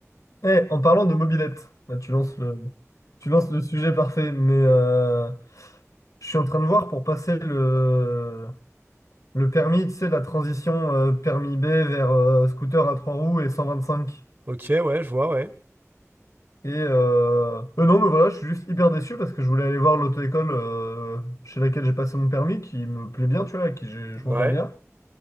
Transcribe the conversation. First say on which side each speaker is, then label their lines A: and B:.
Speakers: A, on the left; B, on the right.
A: Eh, en parlant de mobilette, là, tu lances le, tu lances le sujet parfait, mais euh, je suis en train de voir pour passer le, le permis, tu sais, la transition euh, permis B vers euh, scooter à trois roues et 125.
B: Ok, ouais, je vois, ouais.
A: Et euh, euh, non, mais voilà, je suis juste hyper déçu parce que je voulais aller voir l'auto-école euh, chez laquelle j'ai passé mon permis, qui me plaît bien, tu vois, avec qui j'ai- je m'entends
B: Ouais.
A: bien.